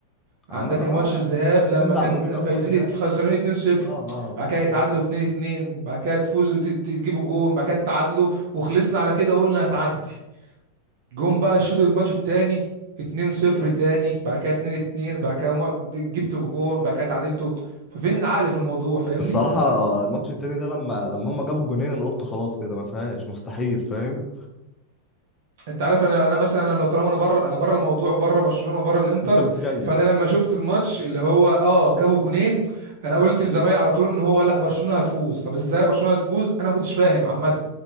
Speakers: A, on the right; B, on the left.
A: عندك
B: عامه اه
A: ماتش
B: احنا
A: الذهاب
B: إحنا
A: لما
B: بنبلع
A: كان
B: الجونين اصلا
A: فايزين
B: هناك
A: ات- خسرانين 2-0
B: اه اه
A: بعد كده
B: عندك
A: يتعادلوا
B: حق
A: 2-2 بعد كده تفوزوا ت- ت- تجيبوا جون بعد كده تتعادلوا وخلصنا على كده وقلنا هتعدي جون بقى الشوط الماتش التاني 2-0 تاني بعد كده 2-2 بعد كده ما- جبتوا جون بعد كده تعادلتوا ففين العقل في الموضوع فاهمني
B: الصراحه الماتش التاني ده لما لما هما جابوا الجونين انا قلت خلاص كده ما فيهاش مستحيل فاهم
A: انت عارف انا انا مثلا انا لو طالما انا بره انا بره الموضوع وبره برشلونه وبره الانتر
B: انت متكيف
A: فانا لما شفت الماتش اللي هو اه جابوا جونين انا قلت لزمايلي على طول ان هو لا برشلونه هتفوز طب ازاي برشلونه هتفوز انا ما كنتش فاهم عامه